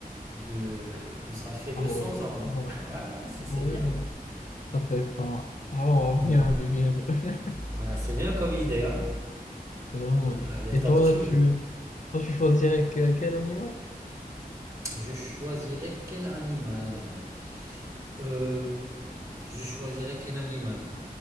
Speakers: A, on the right (about 20°); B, on the left (about 55°).
A: de, de ça fait deux
B: Ah
A: cents
B: ouais,
A: ans. Donc
B: ouais,
A: euh, ouais,
B: ouais,
A: c'est c'est
B: ouais,
A: bien.
B: ouais. Ça fait enfin. Oh,
A: Ouais.
B: bien vu, bien vu. <laughs>
A: Ouais, c'est bien comme idée, hein.
B: C'est vraiment bien.
A: Ah, les
B: Et
A: tortues.
B: toi, tu, toi, tu choisirais que- quel animal?
A: Je choisirais quel animal? Euh, je choisirais quel animal?